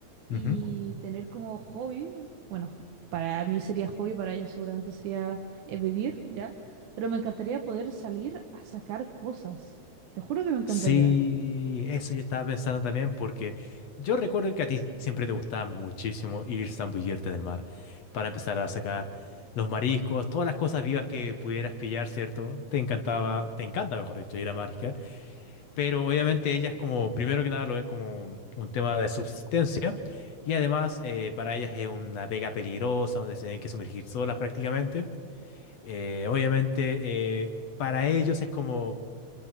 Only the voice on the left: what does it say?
Ujú.
Sí, eso yo estaba pensando también porque yo recuerdo que a ti siempre te gustaba muchísimo ir zambullirte en el mar para empezar a sacar los mariscos, todas las cosas vivas que pudieras pillar, ¿cierto? Te encantaba, te encanta, mejor dicho, ir a mariscar. pero obviamente ellas como, primero que nada, lo ven como un tema de subsistencia y además eh, para ellas es una pega peligrosa donde se tienen que sumergir solas prácticamente. Eh, obviamente eh, para ellos es como